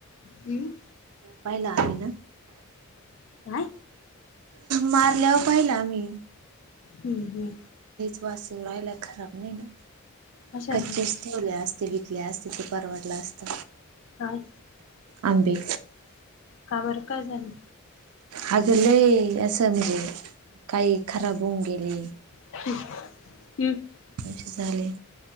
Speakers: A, on the left; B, on the right.
A: हम.
B: पहिला आमी ना.
A: काय
B: मारल्यावर पाहिला आम्ही.
A: ह ह.
B: लईच वास येऊन राहिला खराब हाय नं
A: कशाच
B: कच्चे ठेवल्या असते विकल्या असते ते परवडलं असत.
A: काय.
B: आंबे.
A: का बरं काय झाल.
B: अजून लय असं म्हणजे काही खराब होऊन गेले.
A: ह हम् <inaudible>
B: <unintelligible> झाले.